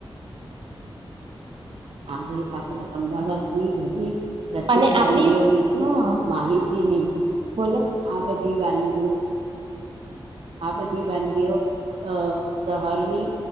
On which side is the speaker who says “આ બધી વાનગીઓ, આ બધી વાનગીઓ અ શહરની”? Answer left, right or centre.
Right